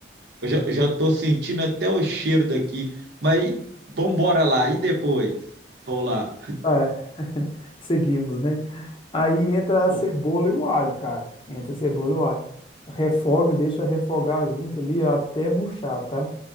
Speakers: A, on the right (about 65°); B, on the left (about 30°).
A: eu já, eu já eu já tô sentindo até o cheiro daqui, mas vambora lá, e depois? Vou lá.
B: É, <laughs> seguimos, né? Aí entra a
A: Pô,
B: cebola e o alho, cara. Entra a cebola e o alho. Refoga, deixa refogar junto ali até murchar, tá?